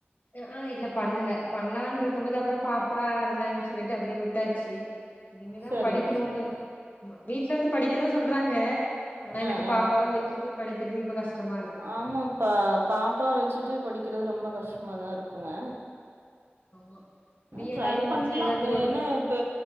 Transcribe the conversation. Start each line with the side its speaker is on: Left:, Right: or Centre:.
Left: ஆ ஆ இல்ல பண்ணுல பண்லான்ருக்கும் போது அப்புறம் பாப்பா இருந்தாங்கன் சொல்லிட்டு அப்டியே விட்டாச்சு இனிமேதா
Right: சரிங்க,
Left: படிக்கணு
Right: சரிங்க.
Left: ஆமா வீட்டல வந்து படிக்கதா சொல்றாங்க ஆனா
Right: ஆ,
Left: எனக்கு
Right: ஆ.
Left: பாப்பாவு வெச்சுட்டு படிக்கிறது இப்ப கஷ்டமா இருக்
Right: ஆமாம் பா பாப்பா வெச்சுட்டு படிக்கிறது ரொம்ப கஷ்டமாதா இருக்குங்க
Left: ஆமா பி
Right: ட்ரை
Left: எடாவது
Right: பண்லா
Left: முடிச்சா ஏதாவது
Right: அ
Left: ஒரு
Right: என்ன ப